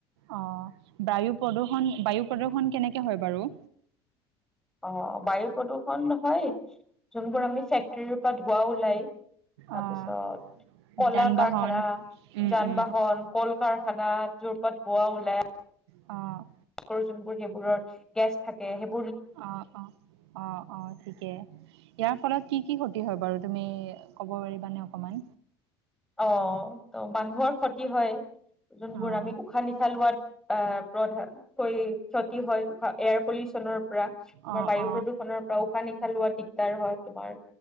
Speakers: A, on the right (about 80°); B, in the centre.
A: অ' বায়ু প্ৰদূষণ বায়ু প্ৰদূষণ কেনেকে হয় বাৰু।
B: অ' বায়ু প্ৰদূষণ হয়, জোনবোৰ আমি ফেক্টৰীৰ পৰা ধোৱা ওলাই। তাৰপিছত
A: অ',
B: কলা
A: যান
B: কাৰখানা,
A: বাহন উম,
B: যান
A: উম,
B: বাহন, কল কাৰখানাত য'ৰ পোৱা ওলাই।
A: অ'।
B: কৰি জোনবোৰ সেইবোৰৰ গেছ থাকে সেই
A: অ', অ', অ', অ', ঠিকে। ইয়া ফলত কি কি ক্ষতি হয় বাৰু তুমি ক'ব পাৰিবানে অকমান?
B: অ' ত মানুহৰ ক্ষতি হয়। যোনবোৰ
A: অ',
B: আমি উশাহ- নিশাহ লোৱাত আ'হ প্ৰধানকৈ ক্ষতি হয়। উশাহ এয়াৰ পলিউচনৰ পৰা আমাৰ
A: অ',
B: বায়ু
A: অ',
B: প্ৰদূষণৰ পৰা উশাহ নিশা লোৱা দিগ তাৰো হয়। তোমাৰ